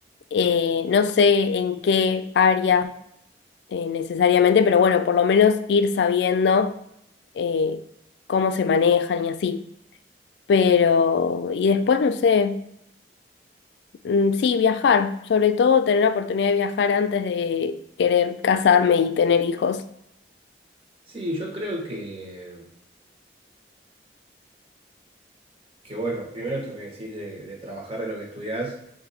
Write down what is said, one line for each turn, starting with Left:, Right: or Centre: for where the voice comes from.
Left: Eh, no sé en qué área eh, necesariamente, pero bueno, por lo menos ir sabiendo eh, cómo se manejan y así. Pero, y después no sé, mm, sí, viajar, sobre todo tener la oportunidad de viajar antes de querer casarme y tener hijos.
Right: Sí, yo creo que, que bueno, primero esto que decís de, de trabajar de lo que estudiás.